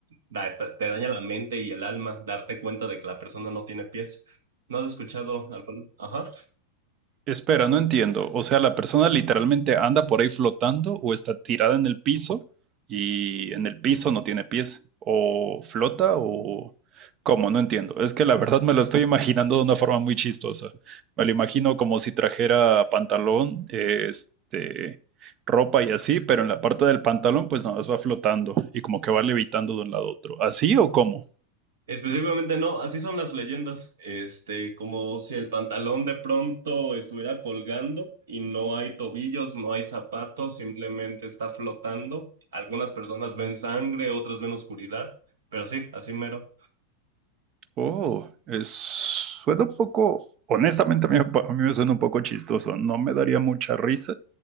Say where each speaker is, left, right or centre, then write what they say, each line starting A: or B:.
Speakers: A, on the right (about 60°); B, on the right (about 35°).
A: da- te te daña la mente y el alma darte cuenta de que la persona no tiene pies. ¿No has escuchado alguno? Ajá.
B: Espera, no entiendo. O sea, la persona literalmente anda por ahí flotando o está tirada en el piso y en el piso no tiene pies. O flota o... ¿Cómo? No entiendo. Es que la verdad me lo estoy imaginando de una forma muy chistosa. Me lo imagino como si trajera pantalón, este, ropa y así, pero en la parte del pantalón pues nada más va flotando y como que va levitando de un lado a otro. ¿Así o cómo?
A: Específicamente no, así son las leyendas. Este, como si el pantalón de pronto estuviera colgando y no hay tobillos, no hay zapatos, simplemente está flotando. Algunas personas ven sangre, otras ven oscuridad, pero sí, así mero.
B: Oh, es, suena un poco, honestamente a mí, me pa- a mí me suena un poco chistoso, no me daría mucha risa,